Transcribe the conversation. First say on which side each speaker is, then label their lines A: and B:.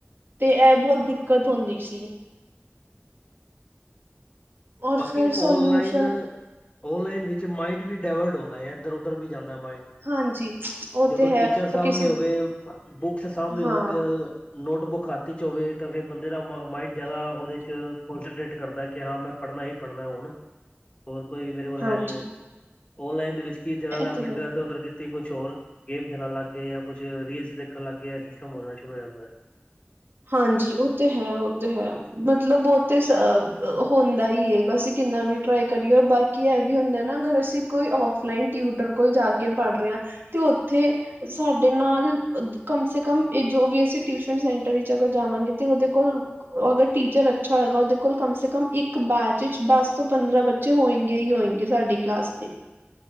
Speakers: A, on the right; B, on the left.
A: ਤੇ ਇਹ ਬਹੁਤ ਦਿੱਕਤ ਹੁੰਦੀ ਸੀ। ਔਰ
B: ਬਾਕੀ
A: ਫਿਰ
B: ਔਨਲਾਈਨ।
A: ਸੋਲਿਊਸ਼ਨ
B: ਓਨਲਾਈਨ ਵਿੱਚ ਮਾਇੰਡ ਵੀ ਡਾਇਵਰਟ ਹੁੰਦਾ ਹੈ। ਇੱਧਰ- ਉਧਰ ਵੀ ਜਾਂਦਾ ਮਾਇੰਡ।
A: ਹਾਂਜੀ ਉਹ
B: ਜਦੋਂ
A: ਤੇ ਹੈ
B: ਟੀਚਰ ਸਾਹਮਣੇ
A: ਕਿਸੇ
B: ਹੋਵੇ, ਬੁੱਕਸ ਸਾਹਮਣੇ
A: ਹਾਂ
B: ਹੋਣ। ਨੋਟਬੁੱਕ ਹੱਥ ਚ' ਹੋਵੇ ਤਾਂ ਫਿਰ ਬੰਦੇ ਦਾ ਮਾਇੰਡ ਜ਼ਿਆਦਾ ਉਹਦੇ ਚ ਕੋਂਸਟੇਟ ਕਰਦਾ ਹੈ। ਕਿ ਹਾਂ, ਮੈਂ ਪੜ੍ਹਨਾ ਹੀ ਪੜ੍ਹਨਾ ਹੁਣ। ਹੋਰ ਕੋਈ ਮੇਰੇ ਕੋਲ
A: ਹਾਂਜੀ
B: ਹੈ ਨੀ। ਔਨਲਾਈਨ ਦੇ ਵਿੱਚ ਕਿ ਜ
A: ਇਹ
B: ਦਾ ਵਿੰਡੋ
A: ਤੇ ਹੈ
B: ਇ ਉਧਰ ਕੁਛ ਹੋਰ ਗੇਮ ਖੇਲਣ ਲੱਗ ਗਏ ਜਾਂ ਕੁਛ ਰੀਲਸ ਦੇਖਣ ਲੱਗ ਗਏ ਸਿਸਟਮ ਹੋਣਾ ਸ਼ੁਰੂ ਹੋ ਜਾਂਦਾ।
A: ਹਾਂਜੀ। ਉਹ ਤੇ ਹੈ, ਉਹ ਤੇ ਹੈ। ਮਤਲਬ ਉਹ ਤੇ ਹੁੰਦਾ ਹੀ ਹੈਗਾ ਸੀ ਕਿੰਨਾ ਵੀ। ਟਰਾਈ ਕਰੀਏ ਔਰ ਬਾਕੀ ਇਹ ਵੀ ਹੁੰਦਾ ਨਾ ਅਗਰ ਅਸੀਂ ਕੋਈ ਔਫਲਾਈਨ ਟਿਊਟਰ ਕੋਲ ਜਾ ਕੇ ਪੜ੍ਹ ਰਹੇ ਹਾਂ। ਤੇ ਉੱਥੇ, ਸਾਡੇ ਨਾਲ ਕਮ ਸੇ ਕਮ ਜੋ ਵੀ ਅਸੀਂ ਟਿਊਸ਼ਨ। ਏਹਦੇ ਚ' ਅਗਰ ਜਾਵਾਂਗੇ। ਤੇ ਉਹਦੇ ਕੋਲ ਅਗਰ ਟੀਚਰ ਅੱਛਾ ਹੋਏਗਾ ਉਹਦੇ ਕੋਲ ਕਮ ਸੇ ਕਮ ਇੱਕ ਬੈਚ ਵਿੱਚ ਦਸ ਤੋਂ ਪੰਦਰਾਂ ਬ ਹੋਏਗੇ ਹੀ ਹੋਏਗੇ ਸਾਡੀ ਕਲਾਸ ਦੇ।